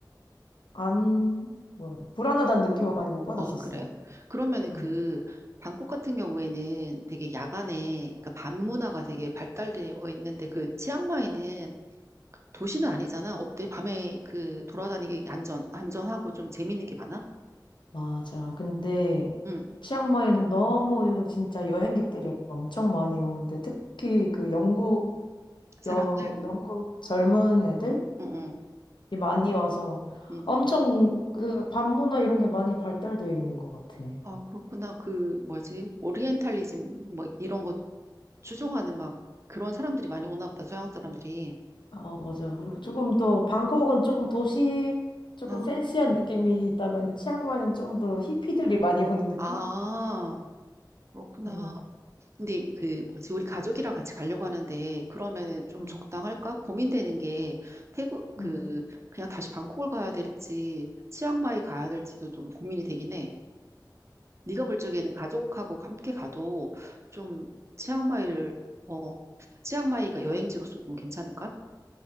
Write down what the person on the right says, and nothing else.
아, 그래? 그러면은
그, 방콕 같은 경우에는 되게 야간에, 그 밤 문화가 되게 발달되어 있는데 그 치앙마이는 도시는 아니잖아. 어때? 밤에 그 돌아다니기 안전, 안전하고 좀 재밌는 게 많아?
응,
사람들?
응, 응,
응.
아, 그렇구나. 그, 뭐지? 오리엔탈리즘, 뭐, 이런 거 추종하는 막 그런 사람들이 많이 오나 보다, 서양 사람들이.
아,
아, 그렇구나.
근데 그 뭐지, 우리 가족이랑 같이 가려고 하는데, 그러면은 좀
적당할까? 고민되는 게, 태국, 그,
그냥 다시 방콕을 가야 될지, 치앙마이 가야 될지도 좀 고민이 되긴 해. 네가 볼 적에는 가족하고 함께 가도 좀 치앙마이를, 어, 치앙마이가 여행지로서 좀 괜찮을까?